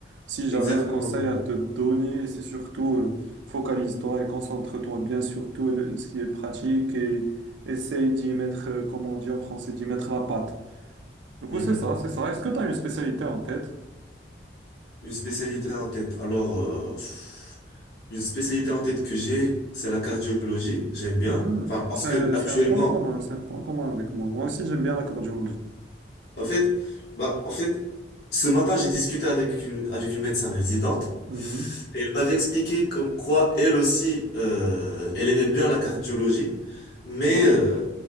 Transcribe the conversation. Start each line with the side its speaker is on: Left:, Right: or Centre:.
Right: si
Left: exactement.
Right: j'avais un conseil à te donner, c'est surtout euh, focalise-toi et concentre-toi bien sur tout le- ce qui est pratique et essaye d'y mettre, euh, comme on dit en français, d'y mettre la patte. Du coup,
Left: Mhm.
Right: c'est ça, c'est ça. Est-ce que tu as une spécialité en tête?
Left: Une spécialité en tête. Alors, euh, pff, une spécialité en tête que j'ai, c'est la cardiologie. J'aime bien.
Right: Mhm.
Left: Enfin, parce
Right: C'est,
Left: que actuellement,
Right: c'est un point commun, c'est un point commun avec moi. Moi aussi, j'aime bien la cardiologie.
Left: En fait, bah, en fait, ce matin, j'ai discuté avec une, avec une médecin résidente
Right: Mhm.
Left: et elle m'avait expliqué comme quoi elle aussi, euh, elle aimait bien la cardiologie, mais
Right: Oui,
Left: euh,